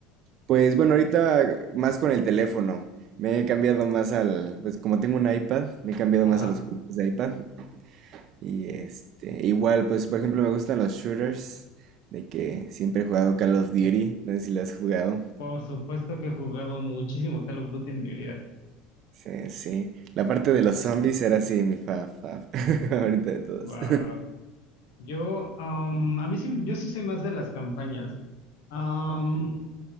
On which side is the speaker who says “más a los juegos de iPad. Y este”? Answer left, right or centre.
Right